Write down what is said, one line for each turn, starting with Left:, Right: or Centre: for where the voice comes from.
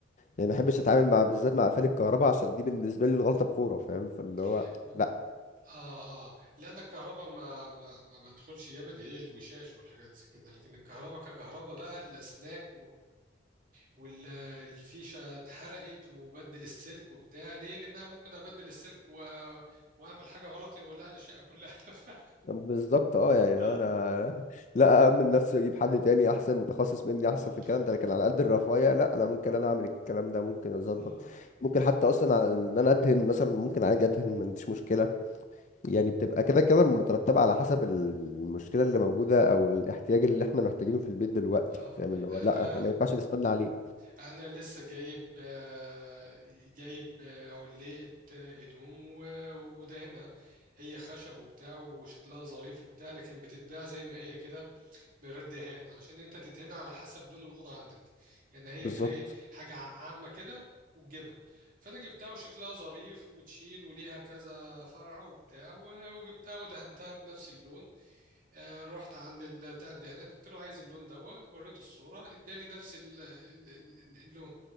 Left: يعني ما بحبش اتعامل مع بالذات مع قفل الكهرباء عشان دي بالنسبه لي الغلطه بفوره فاهم فاللي هو
Right: <laughs>
Left: لا
Right: اه اه اه لان الكهرباء ما ما ما بدخلش جامد هي الوشاش والحاجات دي كده لكن الكهرباء ككهرباء بقى الاسلاك والفيشة اتحرقت وبدل السلك وبتاع ليه؟ لأنها ممكن أبدل السلك و... وأعمل حاجة غلط يولع لي الشقة كلها <laughs> ف...
Left: بالظبط اه يعني لو
Right: آه
Left: انا <laughs> لا اامن نفسي واجيب حد تاني احسن متخصص مني احسن
Right: آه
Left: في الكلام ده لكن على قد الرفاهيه لا انا ممكن انا اعمل الكلام ده ممكن اظبط
Right: آه
Left: ممكن حتى اصلا على ان انا ادهن مثلا ممكن عادي ادهن ما عنديش مشكله يعني بتبقى كده كده مترتبة على حسب المشكلة اللي موجودة أو الاحتياج اللي احنا محتاجينه في البيت دلوقتي
Right: آه
Left: فاهم اللي هو لأ
Right: أنا
Left: احنا ما ينفعش نستنى عليه
Right: أنا لسه جايب آه، جايب آه، علقة آه، هدوم و- ودهنها هي خشب وبتاع وشكلها ظريف وبتاع لكن بتتباع زي ما هي كده من غير دهان علشان انت تدهنها على حسب لون الاوضه عندك يعني هي
Left: بالظبط
Right: كده ايه حاجه ع- عامه كده وتجيبها فانا جبتها وشكلها ظريف وتشيل وليها كذا فرع وبتاع و- وجبتها ودهنتها بنفس اللون آه رحت عند ال- بتاع الدهانات قلت له عايز اللون دوا وريته الصوره ادالي نفس ال- ال- ال- اللون